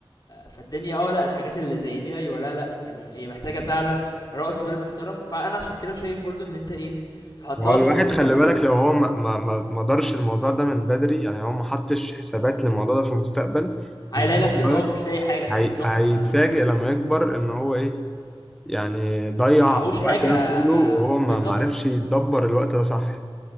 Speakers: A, on the left; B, in the centre.
A: فالدنيا اه لا الحاجات اللي زي دي ايوه لا لا يعني هي محتاجه فعلا رأس مال محترم فانا عشان كده شايف برضو ان انت ايه تحطها
B: هو الواحد
A: في خطتك
B: خلي بالك لو هو ما ما ما ما دارش الموضوع ده من بدري يعني هو ما حطش حسابات للموضوع ده في المستقبل
A: هيلاقي
B: من هو
A: نفسه
B: صغير
A: اللي هو مش لاقي حاجه بالظبط
B: هي- هيتفاجئ
A: ما
B: لما يكبر ان هو ايه يعني ضيع
A: معهوش
B: الوقت
A: حاجه
B: ده كله
A: ما
B: وهو ما
A: بالظبط
B: معرفش يدبر الوقت ده صح